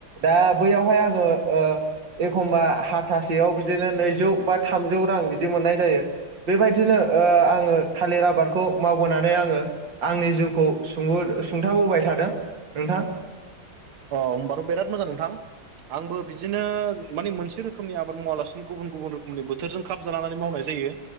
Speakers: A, on the right; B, on the right.
A: दा बैयावहाय आङो ओ एखमबा हाथासेयाव बिदिनो नैजौ बा थामजौ रां बिदि मोननाय जायो बेबायदिनो ओ आं आङो थालिर आबादखौ मावबोनानै आङो आंनि जिउखौ सुङो सुंथाबोबाय थादों नोंथां
B: औ होनबाथ' बिराद मोजां नोंथां आंबो बिदिनो माने मोनसे रोखोमनि आबाद मावालासिनो गुबुन गुबुन रोखोमनि बोथोरजों खाब जालानानै मावनाय जायो ओ